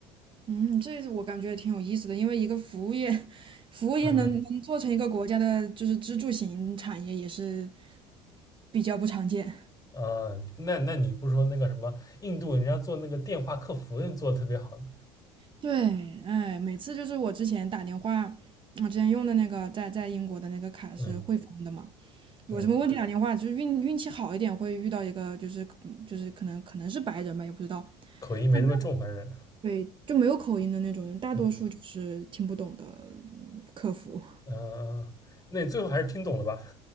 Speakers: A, on the right (about 35°); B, on the left (about 25°).
A: 嗯，这我感觉也挺有意思的，因为一个服务业，<laughs> 服务业能能做成一个国家的就是支柱型产业也是
B: 嗯
A: 比较不常见。
B: 啊，那那你不说那个什么印度人家做那个电话客服人做的特别好呢
A: 对，哎，每次就是我之前打电话，我之前用的那个在在英国的那个卡是汇丰的嘛。
B: 嗯
A: 有什么问题打电话，
B: 嗯，
A: 就是运运气好一点会遇到一个就是嗯就是可能可能是白人吧，也不知道，
B: 口音没那么重，
A: 但他
B: 反正
A: 对就没有口音的那种人，大多数就是听不懂的嗯客服，
B: 嗯嗯、呃那你最后还是听懂了吧？